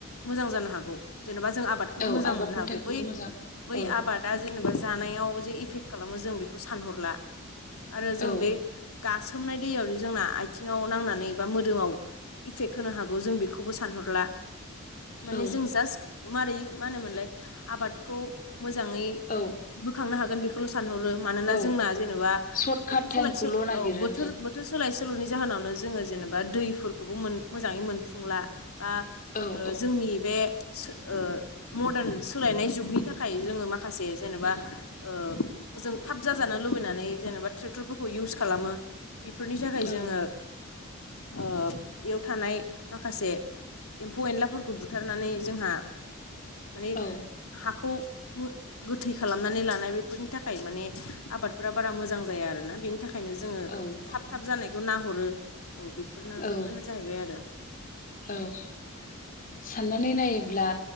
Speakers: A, on the left; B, on the left.
A: मोजां जानो हागौ जेनेबा जों आबाद खौल'
B: औ
A: मोजां
B: आबादनि
A: मोननो हागौ
B: थाखायल'
A: बै
B: मोजां
A: बै
B: औ
A: आबाद दा जेनेबा जानायाव जे इफेक्ट खालामो जों बेखौ सानहरला आरो जों
B: औ
A: बे गासोमनाय दैयावदि जोंना आथिङाव नांनानै बा मोदोमाव इफेक्ट होनो हागौ जों बेखौबो सानहरला माने
B: औ
A: जों जास्ट मारै मा होनोमोनलाय आबादखौ मोजाङै
B: औ
A: बोखांनो हागोन बेख खौल' सानहरो मानोना
B: औ
A: जोंना जेनेबा
B: सर्ट
A: बोथोर
B: काट टाइमखौल'
A: सोलाय सो
B: नागिरो
A: औ बोथोर बोथोर सो सोलाय सोल'नि जाहोनावनो जोङो जेनेबा दैफोरखौबो मोन मोजाङै मोनफुंला। बा
B: औ
A: ओ
B: औ
A: जोंनि बे सो ओ मदार्न सोलायनाय जुगनि थाखाय जोङो माखासे जेनेबा
B: उम
A: ओ जों थाब जाजानो लुबैनानै जेनेबा ट्रेक्टरफोरखौ इउस खालामो। बेफोरनि थाखाय
B: औ
A: जोङो ओ एयाव थानाय माखासे एम्फौ एनलाफोरखौ बुथारनानै जोंहा माने
B: औ
A: हाखौ गोथै खालामनानै लानाय बेफोरनि थाखाय माने आबादफोरा बारा मोजां जाया आरोना बेनि थाखा खायनो जोङो
B: औ
A: थाब
B: औ
A: थाब जानायखौ नाहरो औ बेफोरनो
B: औ
A: बेफोरनो जाहैबाय आरो।
B: औ। साननानै नायोब्ला